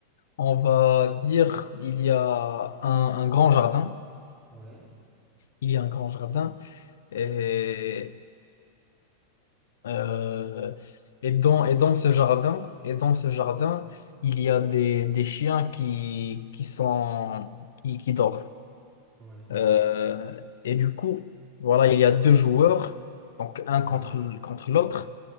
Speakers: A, on the left; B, on the right.
A: on va dire il y a un, un grand jardin.
B: Ouais.
A: Il y a un grand jardin et, euh, et dans, et dans ce jardin et dans ce jardin il y a des, des chiens qui, qui sont qui, qui dorment.
B: Ouais.
A: Euh, et du coup voilà il y a deux joueurs donc un contre
B: Ouais.
A: l- contre l'autre